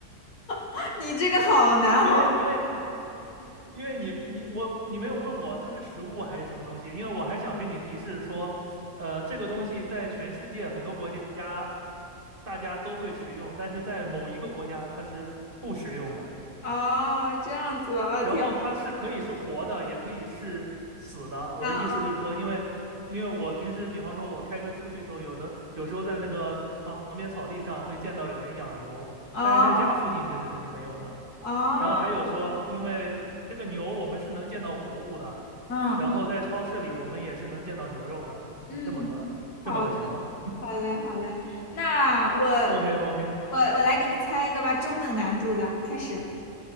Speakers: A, on the left (about 90°); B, on the right (about 35°).
A: <laughs> 你这个好难好，
B: 因为因为因为你你我你没有问我它是食物还是什么东西，因为我还想跟你提示说，呃，这个东西在全世界很多国家大家都会使用，但是在某一个国家它是不食用的。
A: 哦，这样子啊，哦，
B: 然后它是可以是活的，
A: 挺好
B: 也可以是死的。我的意思就是说，
A: 的，
B: 因为因为我平时比方说我开车出去的时候，有的有时候在那个旁旁边草地上会见到有人养牛，
A: 哦
B: 但是在家附近这是肯定没有的。
A: 哦，
B: 然后还有说，因为这个牛我们是能见到活物的，
A: 嗯
B: 然后在超市里我们也是能见到牛肉的，
A: 嗯，
B: 是这么个这么个想法。
A: 好嘞，好嘞，好嘞，那我
B: OK OK，
A: 我我来给你猜一个吧，中等难度的，开始，